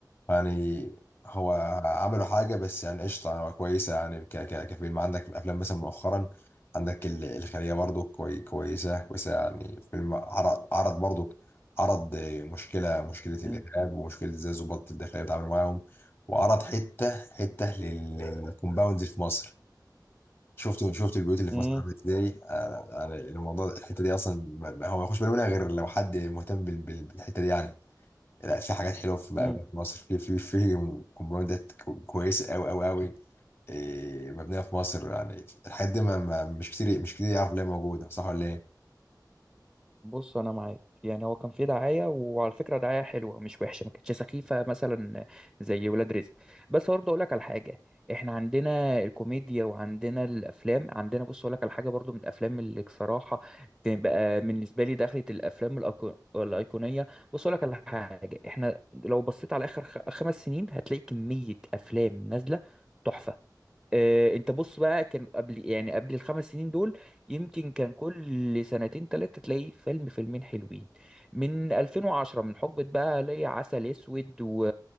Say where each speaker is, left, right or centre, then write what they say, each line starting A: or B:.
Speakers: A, on the left; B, in the centre.
A: يعني هو عملوا حاجة بس يعني قشطة يعني هو كويسة يعني ك ك كفيلم عندك أفلام مثلا مؤخرا عندك ال- الخلية برضو كوي كويسة كويسة يعني فيلم عرض عرض برضو عرض مشكلة مشكلة
B: امم
A: الإرهاب ومشكلة إزاي الضباط الداخلية بيتعاملوا معاهم وعرض حتة حتة لل- للكومباوندز في مصر شفت شفت البيوت اللي في
B: امم
A: مصر عاملة ازاي أنا- يعني الموضوع ده- الحتة دي أصلا ما- هو ما يخش بالي منها غير لو حد مهتم بال- بال- بالحتة دي يعني لا في حاجات حلوه في بقى
B: امم
A: في مصر في في في كومباوندات كو- كويسه قوي قوي قوي إيه، مبنيه في مصر يعني الحاجات دي ما ما- مش كتير مش كتير يعرف ليه موجوده صح ولا ايه؟
B: بص انا معاك يعني هو كان في دعايه وعلى فكره دعايه حلوه مش وحشه ما كانتش سخيفه مثلا زي ولاد رزق بس برضه اقول لك على حاجه احنا عندنا الكوميديا وعندنا الافلام عندنا بص اقول لك على حاجه برضه من الافلام اللي بصراحه بتبقى بالنسبه لي دخلت الافلام الأيكو- الايقونيه بص اقول لك على حاجه احنا لو بصيت على اخر خ- خمس سنين هتلاقي كميه افلام نازله تحفه آه، انت بص بقى كان قبل يعني قبل الخمس سنين دول يمكن كان كل سنتين ثلاثة تلاقي فيلم فيلمين حلوين من 2010 من حقبة بقى ليا عسل اسود و...